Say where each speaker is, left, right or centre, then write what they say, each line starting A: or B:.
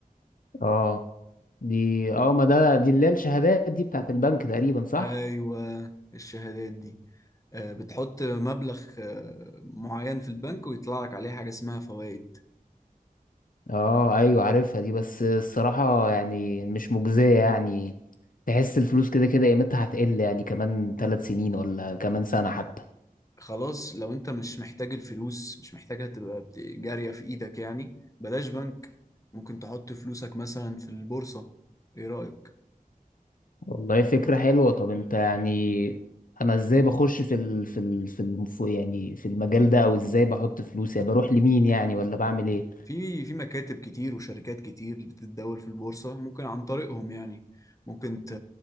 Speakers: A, on the left (about 65°); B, on the left (about 20°).
A: اه دي اه ما ده دي اللي هي الشهادات دي بتاعت البنك تقريبا صح
B: أيوة الشهادات دي آه، بتحط مبلغ آه، معين في البنك ويطلع لك عليه حاجة اسمها فوائد
A: اه ايوه عارفها دي بس الصراحة يعني مش مجزية يعني تحس الفلوس كده كده قيمتها هتقل يعني كمان ثلاث سنين ولا كمان سنة حتى
B: خلاص لو انت مش محتاج الفلوس مش محتاجها تبقى بت- جارية في ايدك يعني بلاش بنك ممكن تحط فلوسك مثلا في البورصة ايه رأيك؟
A: والله فكرة حلوة طب انت يعني انا ازاي بخش في ال في ال في الم- في- يعني في المجال ده او ازاي بحط فلوس يعني بروح لمين يعني ولا بعمل ايه
B: في في مكاتب كتير وشركات كتير اللي بتتداول في البورصة ممكن عن طريقهم يعني ممكن ت-